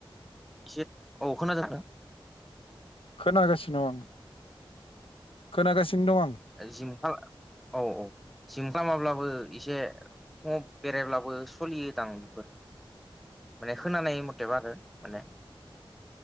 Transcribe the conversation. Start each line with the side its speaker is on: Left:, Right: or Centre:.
Centre: एसे औ खोनादों नोंथां
Left: खोनागासिनो आं खोनासिनो द आं
Centre: जिमखा औ औ जिम खालामाब्लाबो एसे बेरायब्लाबो सोलियोदां बेफोर माने खोनानाय मथेबा आरो माने